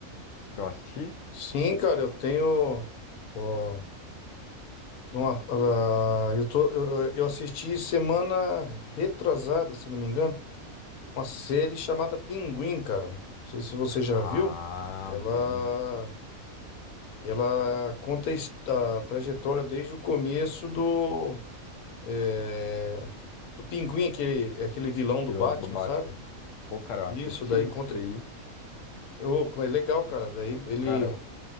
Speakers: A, on the left (about 70°); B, on the left (about 85°).
A: pra eu assistir?
B: sim, cara, eu tenho. Ó, uma- a- eu tô, eu, eu assisti semana retrasada, se não me engano, uma série chamada Pinguim, cara. Não sei se você já
A: Ah,
B: viu. Ela,
A: vi.
B: ela conta a his- a trajetória desde o começo do, é, do Pinguim, aquele, aquele vilão do
A: Vilão
B: Batman,
A: do Batman.
B: sabe?
A: Pô, cara, eu
B: Isso,
A: assisti
B: daí
A: isso
B: conta.
A: aí.
B: Ô, é legal, cara. Daí
A: Pô,
B: ele.
A: cara, eu